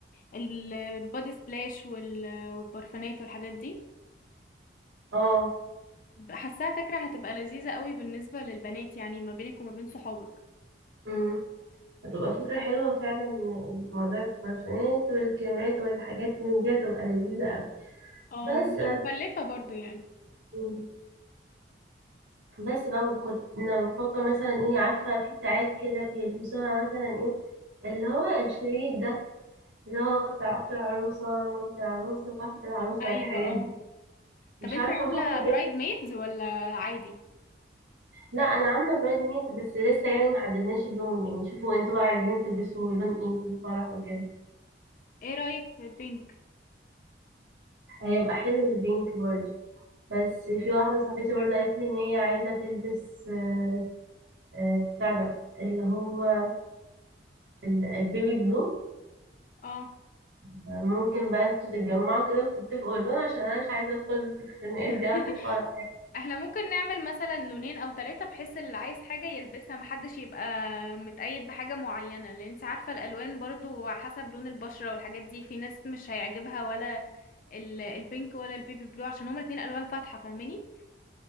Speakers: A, on the left; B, on the right.
A: البودي سبلاش وال- والبرفانات والحاجات دي
B: اه
A: حاساها فكرة هتبقى لذيذة قوي بالنسبة للبنات يعني ما بينك وما بين صحابك
B: امم هتبقى فكره حلوه فعلا إن موضوع البارفانات والكريمات والحاجات من دي هتبقى لذيذه قوي
A: اه
B: بس
A: مش
B: بقى-
A: مكلفة برضو يعني
B: مم. بس بقى وكنت انا بفكر مثلا ايه عارفه في بتاعات كده بيلبسوها مثلا ايه اللي هو الشريط ده اللي هو بتاع اخت العروسه مامة العروسه صاحبة العروسه
A: ايوه
B: الحاجات
A: اه
B: دي مش
A: طب انت
B: عارفة
A: عاملة
B: أفكر
A: برايد ميدز ولا عادي
B: لا انا عامله برايد ميد بس لسه يعني محددناش اللون يعني شوفوا انتوا بقى عايزين تلبسوا لون ايه في الفرح وكده
A: ايه رأيك في بينك
B: هيبقى حلو البينك برضه بس في واحده صاحبتي برضه قالت لي ان هي عايزه تلبس آه، آه، بتاع ده اللي هو ال- البيبي بلو
A: اه
B: ممكن بقى انتوا تتجمعوا كده وتتفقوا اللون عشان انا مش عايزه ادخل في الخناقات دي
A: <laughs>
B: قبل الفرح
A: احنا ممكن نعمل مثلا لونين او ثلاثة بحيث اللي عايز حاجة يلبسها محدش يبقى متقيد بحاجة معينة لان انت عارفة الالوان برضو حسب لون البشرة والحاجات دي في ناس مش هيعجبها ولا ال- البينك ولا البيبي بلو عشان هما الاتنين الوان فاتحة فاهماني